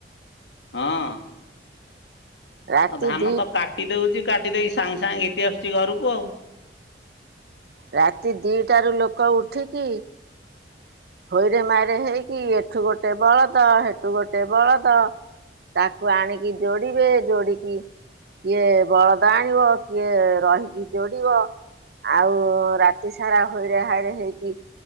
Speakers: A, on the left; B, on the right.
A: ହଁ
B: ରାତି
A: ଧାନ
B: ଦି
A: ତ କା କାଟି ଦଉଚି କାଟି ଦେଇ ସାଙ୍ଗେ ସାଙ୍ଗେ ଘିତି ଆସୁଛି ଘରକୁ ଆଉ।
B: ରାତି ଦିଟାରୁ ଲୋକ ଉଠିକି। ହୋଇରେ ମାଇରେ ହେଇକି ଏଠୁ ଗୋଟେ ବଳଦ ହେଠୁ ଗୋଟେ ବଳଦ। ତାକୁ ଆଣିକି ଯୋଡିବେ ଯୋଡିକି କିଏ ବଳଦ ଆଣିବ କିଏ ରହିକି ଯୋଡିବ। ଆଉ ରାତି ସାରା ହୋଇରେ ହାଇରେ ହେଇକି